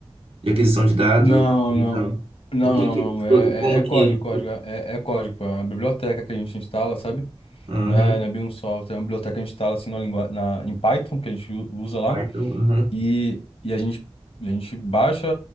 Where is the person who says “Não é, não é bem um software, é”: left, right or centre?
Left